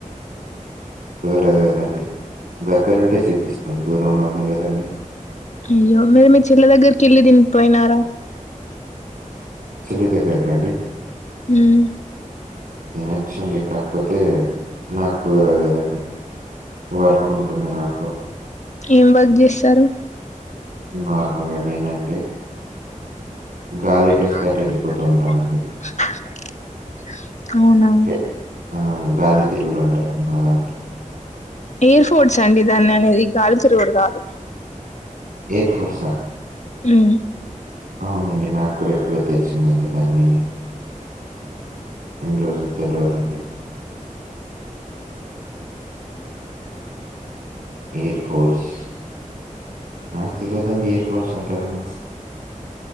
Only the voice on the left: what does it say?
అయ్యో మీర్ మీ చెల్లె దగ్గరికి వెళ్ళి దింప్ పోయినారా
ఉమ్
ఏం వర్క్ జెస్సరు
<unintelligible>
అవునా
ఎయిర్ ఫోర్ట్స్ అండి దాన ఆనేది ఈ గాలికి రోడ్ గాదు
ఉమ్